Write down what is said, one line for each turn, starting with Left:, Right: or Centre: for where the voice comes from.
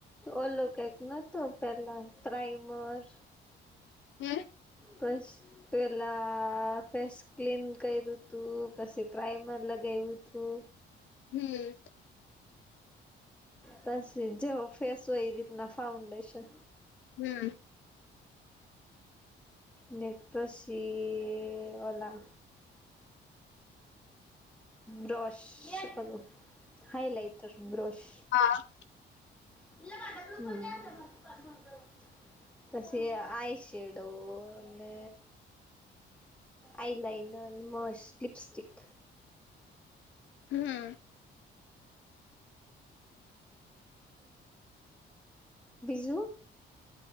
Centre: ઓલું કક નતું પેલા પ્રાઈમર,
Left: હે
Centre: બસ પેલાં ફેસ ક્લીન કયરુ તું, પછી પ્રાઇમર લગાયવુ તું.
Left: હમ્મ.
Centre: તસવીર જેવો ફેસ હોય એ રીતના ફાઉન્ડેશન
Left: હમ્મ
Centre: ને પસી ઓલા બ્રશ ઓલો હાઈલાઈટર બ્રશ
Left: હા
Centre: <unintelligible> પછી આઈ શેડો અને આઈલાઇનર ન મસ્ત લિપસ્ટિક
Left: હમ્મ.
Centre: બીજું?